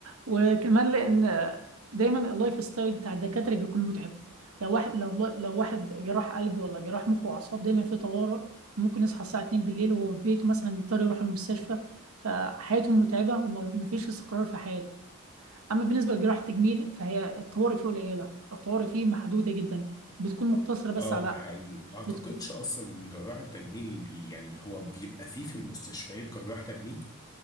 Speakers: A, on the right (about 75°); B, on the left (about 15°).
A: وكمان لان دايما اللايف ستايل بتاع الدكاتره بيكون متعب لو واحد لو لو واحد جراح قلب ولا جراح مخ واعصاب دايما في طوارئ ممكن يصحى الساعه 2 بالليل وهو في بيته مثلا يضطر يروح المستشفى فحياتهم متعبه ومفيش استقرار في حياته اما بالنسبه لجراح التجميل فهي الطوارئ فيه قليله الطوارئ فيه محدوده جدا بتكون مقتصره بس
B: اه
A: على
B: ده حقيقي ما اعتقدش
A: بتكون
B: اصلا ان جراح التجميل يعني هو بيبقى فيه في المستشفيات جراح تجميل